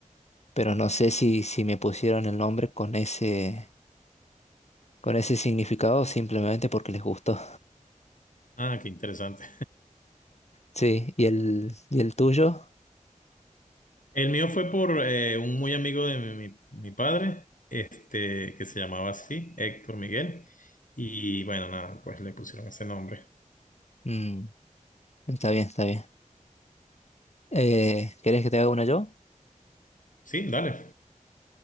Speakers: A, on the left; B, on the left.
A: pero no sé si, si me pusieron el nombre con ese, con ese significado o simplemente porque les gustó.
B: Ah, qué interesante.
A: Sí, ¿y el, y el tuyo?
B: El mío fue por eh, un muy amigo de mi, mi- mi padre, este, que se llamaba así, Héctor Miguel. Y bueno, nada, pues le pusieron ese nombre.
A: Mm, está bien, está bien. Eh, ¿querés que te haga una yo?
B: Sí, dale.